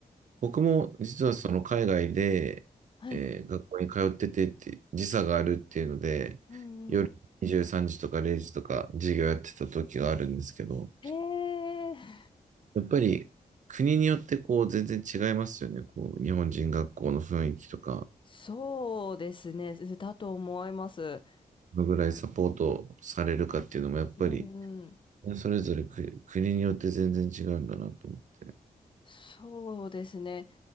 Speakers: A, on the right (about 55°); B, on the left (about 35°).
A: 僕も実はその海外で、
B: はい。
A: えー学校に通っててって、時差があるっていうので、
B: うんうん。
A: 夜23時とか0時とか授業やってた時があるんですけど、
B: ええ
A: やっぱり国によってこう全然違いますよね。こう日本人学校の雰囲気とか、
B: そうですね。だと思います。
A: どのぐらいサポートされるかっていうのもやっぱり
B: うんうん。
A: それぞれ国、国によって全然違うんだなと思って。
B: そうですね。